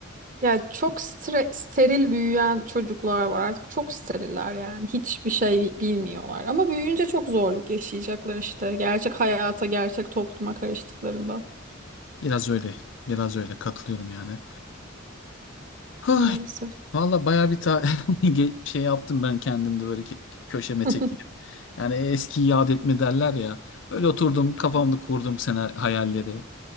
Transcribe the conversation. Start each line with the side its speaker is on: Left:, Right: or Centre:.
Right: Ya çok stre- steril büyüyen çocuklar var artık çok steriller yani hiçbir şey bilmiyorlar ama büyüyünce çok zorluk yaşayacaklar işte gerçek hayata gerçek topluma karıştıklarında
Left: Biraz öyle, biraz öyle katılıyorum yani. Ay,
Right: maalesef.
Left: valla bayağı bir ta <laughs> ge- şey yaptım ben kendimde böyle ke- köşeme
Right: <laughs>
Left: çekilip. Yani eskiyi yad etme derler ya. Böyle oturdum kafamda kurdum sene hayalleri.